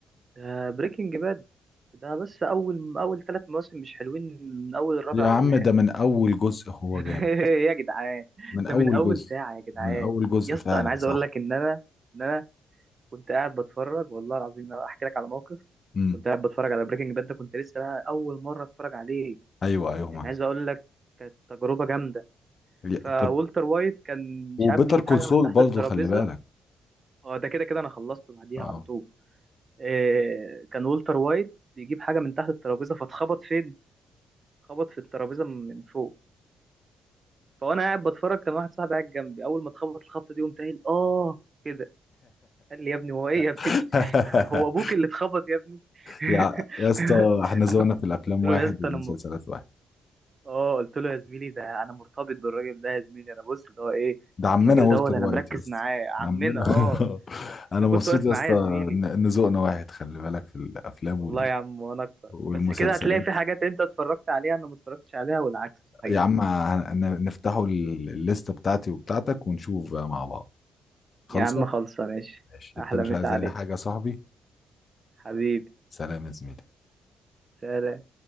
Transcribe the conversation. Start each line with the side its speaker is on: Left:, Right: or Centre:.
Right: ده بريكنج باد ده بس اول اول ثلاث مواسم مش حلوين من اول الرابع
Left: يا عم
Right: هو اللي حلو
Left: ده من اول جزء هو
Right: <laughs>
Left: جامد
Right: يا جدعان
Left: من
Right: ده
Left: اول
Right: من اول
Left: جزء
Right: ساعه يا جدعان
Left: من اول جزء
Right: يا اسطى
Left: فعلا
Right: انا عايز
Left: صح
Right: اقول لك ان انا ان انا كنت قاعد بتفرج والله العظيم أنا احكي لك على موقف
Left: امم
Right: كنت قاعد بتفرج على بريكنج باد ده كنت لسه بقى اول مره اتفرج عليه
Left: ايوه ايوه
Right: يعني
Left: معاك
Right: عايز اقول لك كانت تجربه جامده
Left: يا-
Right: فولتر
Left: طب
Right: وايت كان مش
Left: وبيتر
Right: عارف بيجيب
Left: كول
Right: حاجه
Left: سول
Right: من تحت
Left: برضه
Right: الترابيزه
Left: خلي بالك
Right: اه ده كده كده انا خلصته بعديها
Left: اه
Right: على طول إيه كان والتر وايت بيجيب حاجه من تحت الترابيزه فاتخبط فين خبط في الترابيزه من فوق فانا قاعد بتفرج كان واحد صاحبي قاعد جنبي اول ما اتخبط الخبطه دي قمت قايل اه كده قال لي يا ابني هو ايه يا ابني
Left: <laughs>
Right: <laughs> هو ابوك اللي اتخبط يا ابني <laughs>
Left: يا يا اسطى احنا ذوقنا في الافلام
Right: قلت له
Left: واحد
Right: يا اسطى
Left: والمسلسلات
Right: انا م...
Left: واحد
Right: اه قلت له يا زميلي ده انا مرتبط بالراجل ده يا زميلي انا بص اللي هو ايه
Left: ده عمنا
Right: الراجل
Left: والتر
Right: دوت انا
Left: وايت
Right: مركز
Left: يا اسطى
Right: معاه عمنا
Left: عمنا
Right: اه
Left: <laughs> انا
Right: انا كنت
Left: مبسوط
Right: واقف
Left: يا
Right: معاه
Left: اسطى
Right: يا زميلي
Left: ان إن ذوقنا واحد خلي بالك في الافلام
Right: والله يا عم وانا اكتر
Left: والمسلسلات
Right: بس كده هتلاقي في حاجات انت اتفرجت عليها انا ما اتفرجتش عليها والعكس صحيح
Left: يا عم هن- نفتحوا ال- الليستة بتاعتي وبتاعتك ونشوف بقى مع بعض خالصة
Right: يا عم خلصه ماشي
Left: ماشي انت
Right: احلى
Left: مش
Right: مسا
Left: عايز
Right: عليك
Left: اي حاجة يا صاحبي
Right: حبيبي
Left: سلام يا زميلي
Right: سلام